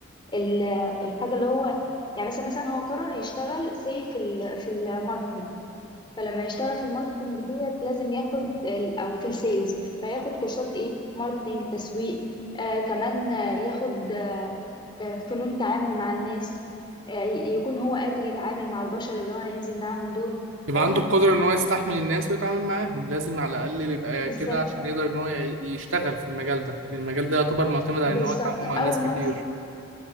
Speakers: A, on the left; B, on the right.
A: ال- الحاجة اللي هو يعني مثلا مثلا هو قرر يشتغل سي في ال... في الماركتنج فلما يشتغل في الماركتينج ديت لازم ياخد ال- او في السيلز فياخد كورسات ايه ماركتينج تسويق آه كمان آه، ياخد آه، فنون تعامل مع الناس آه، ي- يكون هو قادر يتعامل مع البشر اللي هو هينزل معاهم دول
B: يبقى
A: او
B: عنده
A: لا
B: القدرة إن هو يستحمل الناس ويتعامل معاهم لازم على الأقل يبقى
A: بالظبط
B: كده عشان يقدر إن هو ي- يشتغل في المجال ده المجال ده يعتبر معتمد على
A: بالظبط
B: إن هو يتعامل مع
A: او
B: ناس كتير
A: مس